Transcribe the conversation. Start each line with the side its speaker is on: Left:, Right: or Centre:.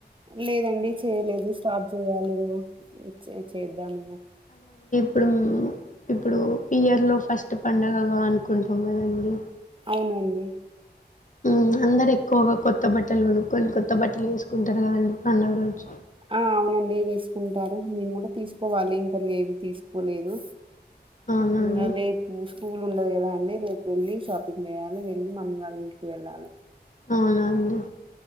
Right: లేదండి చేయలేదు స్టార్ట్ చేయ్యాలి ఈరోజు వచ్చేయ్ చేద్దాం ఇంగా
Left: ఇప్పుడు-ఇప్పుడు ఇయర్ లో ఫస్ట్ పండగ అనుకుంటున్నా అండి
Right: అవునండి
Left: ఉ అందరు ఎక్కువగా కొత్త బట్టలు కొనుక్కొని కొత్త బట్టలు వేసుకుంటారు కదండి పండగ రోజు
Right: ఆ అవునండి వేసుకుంటారు మెము కూడా తీసుకోవాలి ఇంకా లేదు తీసుకోలేదు
Left: అవునా
Right: ఇంగా
Left: అండి?
Right: రేపు స్కూల్ ఉండదు కదా అండి రేపెల్లి షాపింగ్ చేయాలి వెళ్ళి మమ్మీ వాళ్ళింటికి వెళ్ళాలె.
Left: ఔనా అండి.